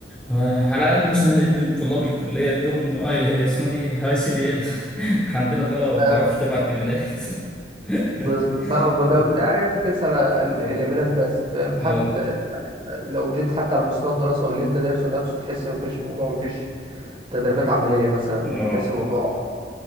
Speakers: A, in the centre; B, on the right.
A: آه، على الاقل مثلا ادي طلاب الكليه ادهم اي اسمها دي هاي سي دي ال <laughs> عندنا طلبه ما بتعرفش
B: آه،
A: تبعت ايميلات <laughs>
B: بز... ها ده
A: مم.
B: يعني انت ترسل على ال-
A: اه
B: الايميلات بس فاهم
A: اه
B: حتى يعني آه، لو جيت حتى على مستوى الدراسه واللي انت دارسه نفسه تحس مفيش موضوع مفيش تدريبات عمليه مثلا
A: اه
B: تحس الموضوع